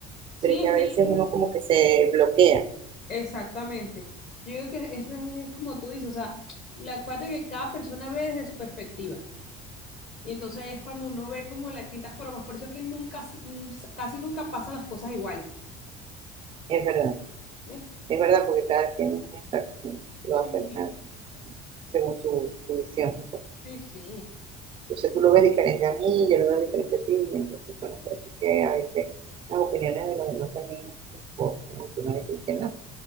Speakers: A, on the left; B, on the right.
A: Sí,
B: pero es
A: es
B: que a
A: que
B: veces uno como que se bloquea,
A: exactamente. Yo digo que ese es como tú dices, o sea, la cuate que cada persona ve desde su perspectiva. Y entonces ahí es cuando uno ve como las distintas formas. Por eso es que nunca, si- mm, casi nunca pasan las cosas iguales.
B: es verdad.
A: ¿Ves?
B: es verdad porque cada quien lo
A: Sí,
B: hace ah, según su, su visión. pues.
A: sí, sí.
B: Entonces tú lo ves diferente a mí, yo lo veo diferente a ti, y entonces, bueno, por eso es que a veces las opiniones de los demás también importan, aunque uno a veces que no,